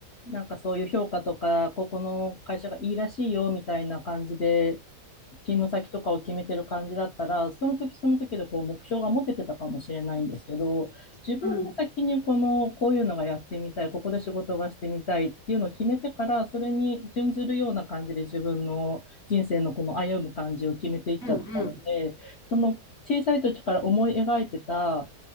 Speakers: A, on the left; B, in the centre.
A: なんかそういう評価とか、ここの会社がいいらしいよみたいな感じで勤務先とかを決めてる感じだったら、その時その時でこう目標が持ててたかもしれないんですけど、自分で先にこの、
B: うん。
A: こういうのがやってみたい、ここで仕事がしてみたいっていうのを決めてから、それに準ずるような感じで自分の人生のこの歩む感じを決めていっちゃったので、
B: うんうん
A: その小さい時から思い描いてた、